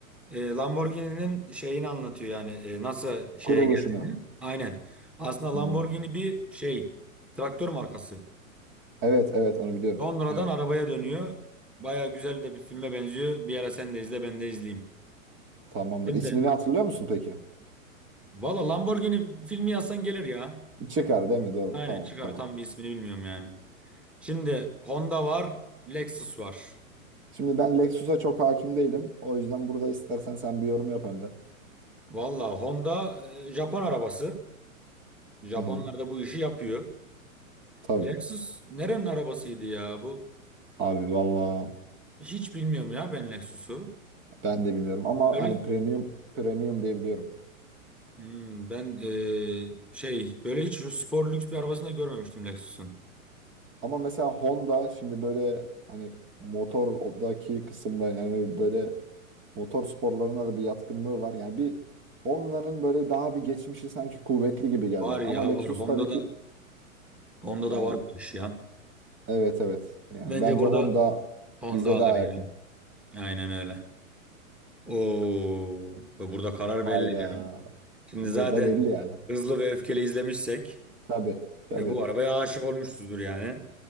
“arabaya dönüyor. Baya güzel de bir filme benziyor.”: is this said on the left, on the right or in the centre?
Centre